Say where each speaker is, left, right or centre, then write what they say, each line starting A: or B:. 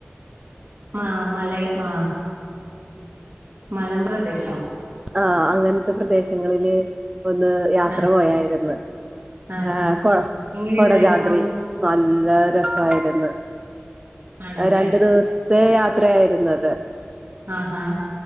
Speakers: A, on the right (about 50°); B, on the right (about 20°).
A: ആഹ് മല. ആഹ് മലമ്പ്രദേശോ.
B: ആഹ് അങ്ങൻത്തെ പ്രദേശങ്ങളില് ഒന്ന് യാത്ര
A: ആഹ്
B: പോയായിരുന്നു.
A: ആഹാ
B: ഏഹ് കൊ
A: എങ്ങനെ
B: കൊടജാദ്രി
A: ഉണ്ടായിരുന്നു
B: നല്ല രസായിരുന്നു.
A: ആണല്ലേ
B: രണ്ടു ദിവ സത്തെ യാത്രയായിരുന്നത്.
A: ആഹ ഹഹ